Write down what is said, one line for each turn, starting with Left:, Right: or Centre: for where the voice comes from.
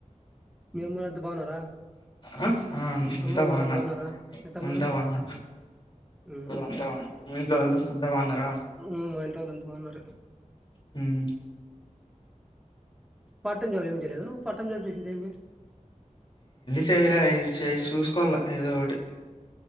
Centre: మీ అమ్మోళ్ళు అంతా బాగున్నారా?
Left: ఆ ఆ అం
Centre: అమ్మోళ్ళు
Left: తా బాగున్నారు,
Centre: అంతా బాగున్నారా మీ తమ్ముడు
Left: అంతా బాగున్నారు.
Centre: ఉమ్
Left: అంతా మీ ఇంట్లో ఓళ్ళు అ అంత బాగున్నారా?
Centre: ఉమ్ మా ఇంట్లో వాళ్ళు అంతా బాగున్నారు
Left: ఉమ్
Centre: పార్ట్ టైం జాబ్ ఏం చేయలేదా నువ్వు, పార్ట్ టైం జాబ్ చసిందే ఏమి
Left: టీవీలా ఏం చేసి చూసుకోల్ల, ఏదో ఒకటి